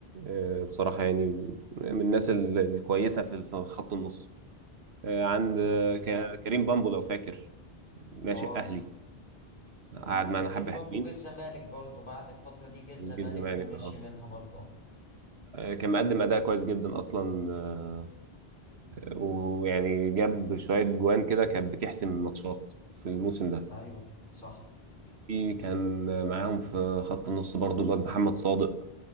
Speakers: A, on the right; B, on the left.
A: آه، بصراحة يعني من الناس ال- الكويسة في في خط النص آه، عند
B: ايوه
A: آه، ك- كريم بامبو لو فاكر ناشئ
B: اه
A: أهلي
B: وال-
A: قعد
B: وكريم
A: معانا حبة
B: بامبو
A: حلوين
B: جه الزمالك برضو بعد الفترة دي جه الزمالك
A: وجه الزمالك
B: ومشي
A: اه
B: منها برضو اه
A: آه، كان مقدم أداء كويس جدا أصلا آه، ويعني جاب شوية جوان كده كانت بتحسم الماتشات في الموسم ده
B: ايوه صح
A: في كان معاهم في خط النص برضو الواد محمد صادق